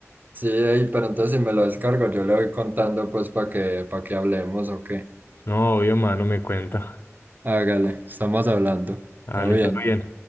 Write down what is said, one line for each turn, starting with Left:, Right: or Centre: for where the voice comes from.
Right: sí, ey, pero entonces si me lo descargo, yo le voy contando pues para que, para que hablemos o qué.
Left: No, obvio, mano, me cuenta.
Right: Hágale, estamos hablando.
Left: Dale,
Right: Todo bien.
Left: todo bien.